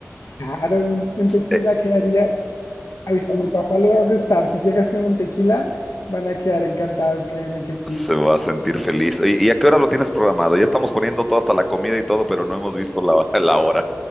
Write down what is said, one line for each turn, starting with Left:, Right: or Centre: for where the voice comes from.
Left: claro, un, un tequila
Centre: eh,
Left: quedaría. ay, A mi papá le va a gustar. Si llegas con un tequila, van a quedar encantados, créeme que sí.
Centre: se va a sentir feliz. ¿Y, y a qué hora lo tienes programado? Ya estamos poniendo todo hasta la comida y todo, pero no hemos visto la, <laughs> la hora.